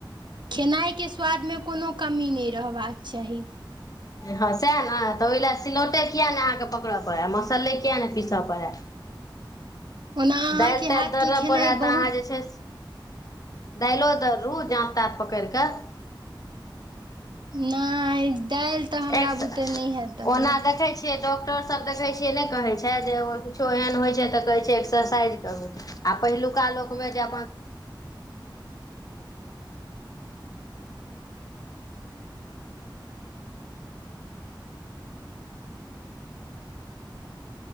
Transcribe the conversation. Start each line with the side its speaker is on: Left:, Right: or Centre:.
Right: खेनाइके स्वादमे कोनो कमी नहि रहबाक चाही
Left: हँ सएह ने तऽ ओहि लए सिलौटे किएक नहि अहाँकेँ पकड़य पड़य मसाले किएक नहि पीसय पड़य
Right: ओना अहाँके
Left: दालि तालि
Right: हाथके
Left: दरय
Right: खेनाइ
Left: पड़य
Right: बहुत
Left: तऽ अहाँ जे छै दालो दरू जाँता पकड़ि कऽ
Right: नहि दालि तऽ हमरा
Left: एक
Right: बुते नहि हैत दड़ल
Left: ओना देखै डॉक्टर सब देखै छियै नहि कहै छै जे किछो एहन होइ छै तऽ कहै छै एक्सरसाइज करू आ पहिलुका लोकमे जे अपन